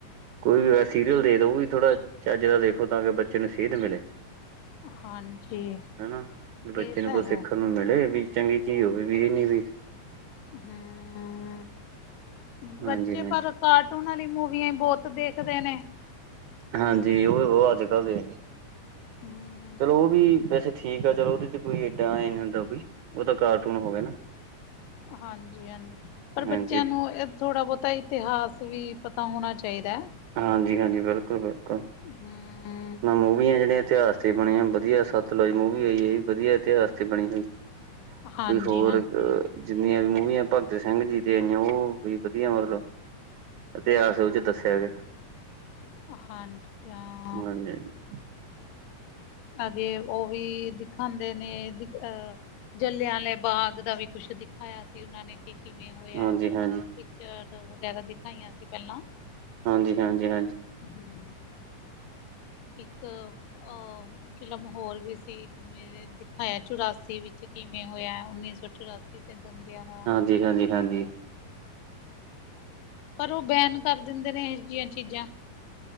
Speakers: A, on the right; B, on the left.
A: ਕੋਈ ਵੀ ਸੀਰੀਅਲ ਦੇ ਉਹ ਵੀ ਥੋੜਾ ਚੱਜ ਦਾ ਦੇਖੋ, ਤਾਂ ਕਿ ਬੱਚੇ ਨੂੰ ਸੇਧ ਮਿਲੇ।
B: ਹਾਂਜੀ
A: ਹਨਾ ਵੀ ਬੱਚੇ
B: ਇਹ
A: ਨੂੰ
B: ਤਾਂ
A: ਕੁਛ
B: ਹੈ
A: ਸਿੱਖਣ ਨੂੰ ਮਿਲੇ ਵੀ ਚੰਗੀ ਚੀਜ਼ ਹੋਵੇ ਵੀ ਇਹ ਨੀ ਵੀ
B: ਹਮ ਮ
A: ਹਾਂਜੀ
B: ਬੱਚੇ
A: ਹਾਂ
B: ਪਰ ਕਾਰਟੂਨ ਆਲੀ ਮੂਵੀਆਂ ਬਹੁਤ ਦੇਖਦੇ ਨੇ
A: ਹਾਂਜੀ ਉਹ ਵੀ ਬਹੁ ਅੱਜ- ਕੱਲ ਦੇਖਦੇ ਨੇ
B: ਹਮ
A: ਚਲੋ ਉਹ ਵੀ ਵੈਸੇ ਠੀਕ ਆ ਚਲੋ ਉਹਦੇ ਚ ਕੋਈ ਏਡਾ ਨੀ ਹੁੰਦਾ ਕੋਈ ਉਹ ਤਾਂ ਕਾਰਟੂਨ ਹੋ ਗਏ ਨਾ
B: ਹਾਂਜੀ -ਹਾਂਜੀ ਪਰ
A: ਹਾਂਜੀ
B: ਬੱਚਿਆਂ ਨੂੰ ਥੋੜ੍ਹਾ ਬਹੁਤਾ ਇਤਿਹਾਸ ਵੀ ਪਤਾ ਹੋਣਾ ਚਾਹੀਦਾ ਐ।
A: ਹਾਂਜੀ -ਹਾਂਜੀ, ਬਿਲਕੁਲ -ਬਿਲਕੁਲ
B: ਹਮ
A: ਨਾ ਮੂਵੀਆਂ ਜਿਹੜੀਆਂ ਇਤਿਹਾਸ ਤੇ ਬਣਿਆ, ਵਧੀਆ ਸਤਲੁਜ ਮੂਵੀ ਆਈ ਜੀ ਵਧੀਆ, ਇਤਿਹਾਸ ਤੇ ਬਣੀ ਹੋਈ।
B: ਹਾਂਜੀ
A: ਕੋਈ ਹੋਰ
B: ਹਾਂਜੀ
A: ਜਿੰਨੀਆਂ ਵੀ ਮੂਵੀਆਂ ਭਗਤ ਸਿੰਘ ਜੀ ਤੇ ਆਈਆਂ ਉਹ ਵੀ ਵਧੀਆ ਮਤਲਬ ਇਤਿਹਾਸ ਉਹ ਚ ਦੱਸਿਆ ਗਿਆ।
B: ਹਾਂਜੀ ਹਾਂ
A: <unintelligible>
B: ਅਗੇ ਉਹ ਵੀ ਦਿਖਾਦੇ ਨੇ ਅਹ ਜਲਿਆਂਲੇ ਵਾਲੇ ਬਾਗ ਦਾ ਵੀ ਕੁਛ ਦਿਖਾਇਆ ਸੀ ਉਹਨਾਂ ਨੇ ਕਿ ਕਿਵੇਂ ਹੋਇਆ,
A: ਹਾਂਜੀ ਹਾਂਜੀ
B: ਪਿਕਚਰ ਵਗੈਰਾ ਦਿਖਾਂਆਂ ਸੀ ਪਹਿਲਾਂ
A: ਹਾਂਜੀ, ਹਾਂਜੀ, ਹਾਂਜੀ
B: ਹਮ ਇੱਕ ਅ ਫਿਲਮ ਹੋਰ ਵੀ ਸੀ, ਵੇ ਦਿਖਾਇਆ ਚੁਰਾਸੀ ਵਿੱਚ ਕਿਵੇਂ ਹੋਇਆ, ਉੱਨੀ ਸੌ ਚੁਰਾਸੀ ਇਥੇ ਬੰਦਿਆਂ ਦਾ
A: ਜੀ, ਹਾਂਜੀ- ਹਾਂਜੀ
B: ਪਰ ਉਹ ਬੈਨ ਕਰ ਦਿੰਦੇ ਨੇ ਇਹੋ ਜਿਹੀਆਂ ਚੀਜ਼ਾਂ